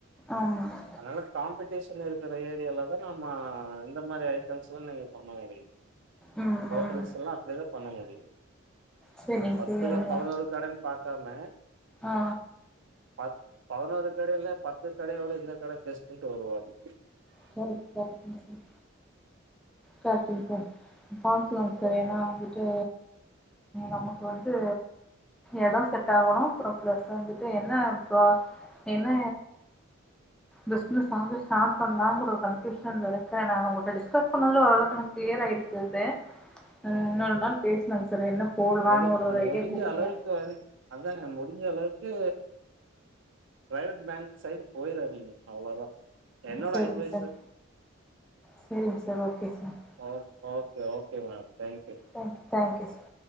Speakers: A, in the centre; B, on the right.
A: ஆமாங்க
B: அதனால காம்படிஷன் இருக்குற ஏரியால தா நம்மா இந்த மாரி ஐட்டம்ஸ்லா நீங்க பண்ண முடியு
A: ம்
B: ஹோட்டல்ஸ்லா
A: ம்
B: அப்புடிதா பண்ண முடியு
A: செரிங்க
B: பத்துல
A: செரிங்க
B: பதனோரு கடன் பாக்காம
A: ஆ
B: பத் பதனோரு கடயுல பத்து கடையோட இந்த கட பெஸ்ட்டுன்டு வருவாங்க
A: சரிங்க சரிங்க சார் கரக்ட்டுங்க சார் பாக்கலாங்க சார்
B: ஓகே
A: ஏன்னா வந்துட்டு நமக்கு வந்து எடோ செட் ஆகோணோ அப்புறோ பிளஸு வந்துட்டு என்ன ப என்ன பிஸ்னஸ் வந்து ஸ்டார்ட் பண்லாங் ஷோ கன்ஃபூஷயன்ல இருக்கே நாங்க உங்ககிட்ட டிஸ்கஸ் பண்ணதுல ஓரளவுக்கு கிளியரா இருக்குது ஆ
B: ம்
A: இன்னோரு
B: ம்
A: நாள் பேசலாங்க சார் என்ன போடலாம்னு
B: முடி
A: ஒரு ஒரு
B: முடிஞ்ச
A: ஐடியா குடுங்க
B: <unintelligible> அதாங்க முடிஞ்ச அளவுக்கு ப்ரைவேட் பேங்க் சைடு போயிறாதீங்க அவ்ளோதா என்னோட
A: சரிங்க
B: அட்வைஸு
A: சார் சரிங்க சார் ஓகே சார்
B: ஓ okay okay madam thank you
A: thank thank you sir